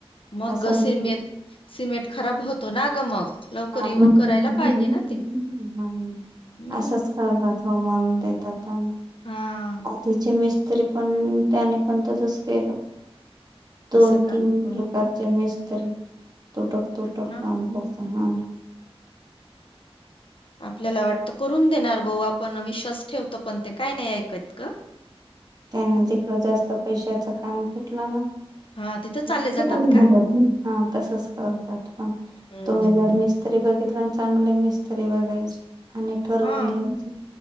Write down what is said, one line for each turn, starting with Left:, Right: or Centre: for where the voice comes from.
Left: मग
Right: असंच
Left: सिम, सिमेंट खराब होत. तो ना ग मग लवकर
Right: आण
Left: येऊन
Right: हम्म.
Left: करायला पाहिजे ना ते हम्म.
Right: असंच करतात हो मन देतात.
Left: हा
Right: तिची मिस्त्री पण त्याने पण तसच केलं. दोन
Left: असं का
Right: तीन किलोकारच्या
Left: अ
Right: मेस तरी तुटक तुटक
Left: ना
Right: काम करत हान.
Left: आपल्याला वाटतं करून देणार भाऊ आपण विश्वास ठेवतो, पण ते काय नाही ऐकत. ग.
Right: त्यांना
Left: हम्म.
Right: तिकडं जास्त पैशाच काम घेतलं ना.
Left: हा तिथं चालले
Right: <unintelligible>
Left: जातात का?
Right: हा तसच करतात काम, पण
Left: हम्म
Right: तुम्ही जर म स्तरी बघितलं आणि चांगले मिस्तरी बघायच आणि ठरवून
Left: हा.
Right: घ्यायचे.